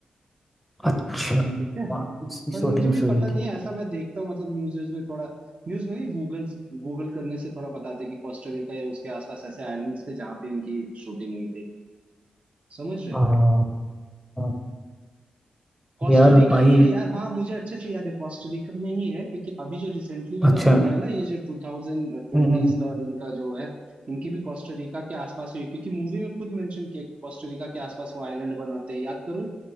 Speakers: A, in the centre; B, on the right.
A: अच्छा
B: ठीक है
A: वहाँ पे इसकी
B: पर
A: शूटिंग्स
B: मुझे भी
A: हुई
B: पता नहीं
A: थी
B: है ऐसा मैं देखता हूँ मतलब न्यूज व्यूज में थोड़ा न्यूज में नहीं गूगल गूगल करने से थोड़ा बताते हैं कि कोस्टा रिका या उसके आसपास ऐसे आइलैंड्स थे जहां पे इनकी शूटिंग हुई थी समझ रहे
A: हाँ
B: हो
A: हाँ।
B: कोस्टा
A: यार
B: रिका
A: भाई
B: ही है यार हाँ मुझे अच्छे से याद है कोस्टा रिका में ही है क्योंकि अभी जो रिसेंटली वाला
A: अच्छा
B: भी हुआ है ना ये जो टू थाउजेंड ट्वेंटीज
A: हम्म हम्म,
B: का और इनका जो है इनकी भी कोस्टा रिका के आसपास हुई है, क्योंकि मूवी में खुद मेंशन किया कि कोस्टा रिका के आसपास वो आइलैंड बनाते हैं याद करो